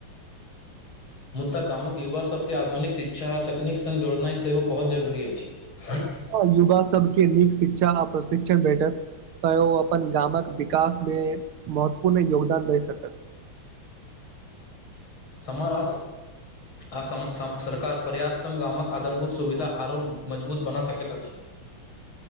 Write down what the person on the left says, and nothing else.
मुदा गामक युवा सभ के आधुनिक शिक्षा आ तकनीक सङ्ग जोड़नाइ सेहो बहुत जरूरी अछि ह <unintelligible>
समर अ आ सरकार पर्याप्त सङ् गामक आधारभूत सुविधा आरो मजबूत बना सकैत अछि